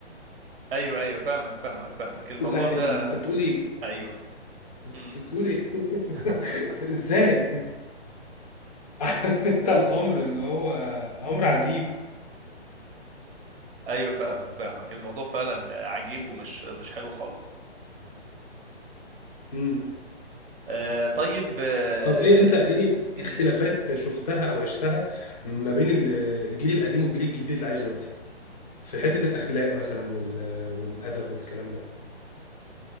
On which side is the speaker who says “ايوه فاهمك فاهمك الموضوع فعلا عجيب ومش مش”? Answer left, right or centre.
Right